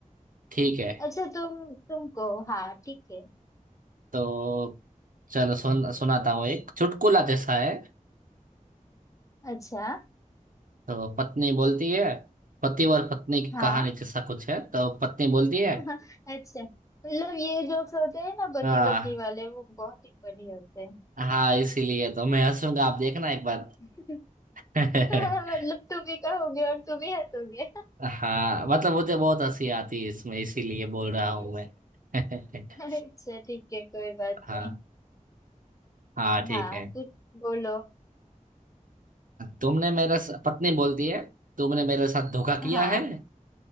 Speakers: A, on the right; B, on the left.
A: ठीक है
B: अच्छा तुम तुम कहो हाँ ठीक है
A: तो चलो सुन सुनाता हूँ एक चुटकुला जैसा है
B: अच्छा
A: तो पत्नी बोलती है पति और पत्नी की
B: हाँ
A: कहानी जैसा कुछ है तो पत्नी बोलती
B: <laughs>
A: है
B: अच्छा मतलब ये जोक्स होते हैं ना पति
A: हाँ
B: पत्नी वाले वो बहुत ही फनी होते हैं
A: हाँ इसीलिए तो मैं हंसूंगा आप देखना एक बार
B: <laughs>
A: <laughs>
B: मतलब
A: हाँ
B: तुम भी कहोगे और तुम ही हंसोगे
A: मतलब मुझे बहुत हंसी आती है इसमें इसीलिए बोल रहा हूँ
B: <laughs>
A: मैं <laughs>
B: अच्छा ठीक है कोई बात
A: हाँ
B: नहीं
A: हाँ ठीक
B: हाँ
A: है
B: कुछ बोलो
A: तुमने मेरे स... पत्नी बोलती है तुमने मेरे साथ धोखा किया
B: हाँ
A: है